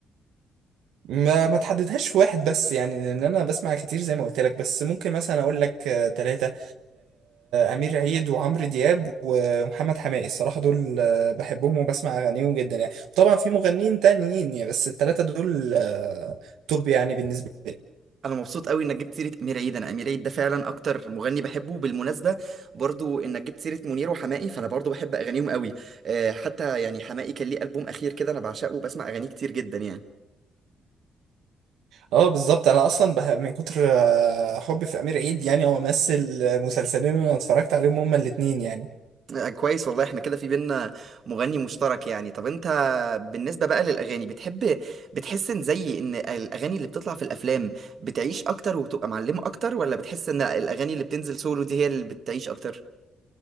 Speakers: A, on the right; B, on the right.
A: ما ما تحددهاش في واحد بس يعني لان انا بسمع كتير زي ما قلت لك بس ممكن مثلا اقول لك ثلاثة امير عيد وعمرو دياب ومحمد حماقي الصراحة دول آه، بحبهم وبسمع اغانيهم جدا يعني طبعا في مغنيين تانيين يعني بس الثلاثة دول آه، توب يعني بالنسبة لي
B: انا مبسوط قوي انك جبت سيره امير عيد انا امير عيد ده فعلا اكتر مغني بحبه بالمناسبه برضو انك جبت سيره منير وحماقي فانا برضو بحب اغانيهم قوي آه، حتى يعني حماقي كان ليه البوم اخير كده انا بعشقه وبسمع اغانيه كتير جدا يعني
A: اه بالظبط انا اصلا بح- من كتر آه، حبي في امير عيد يعني هو مثل مسلسلين انا اتفرجت عليهم هما الاتنين يعني
B: آه، كويس والله احنا كده في بينا مغني مشترك يعني طب انت بالنسبه بقى للاغاني بتحب بتحس ان زي ان الاغاني اللي بتطلع في الافلام بتعيش اكتر وبتبقى معلمه اكتر ولا بتحس ان الاغاني اللي بتنزل سولو دي هي اللي بتعيش اكتر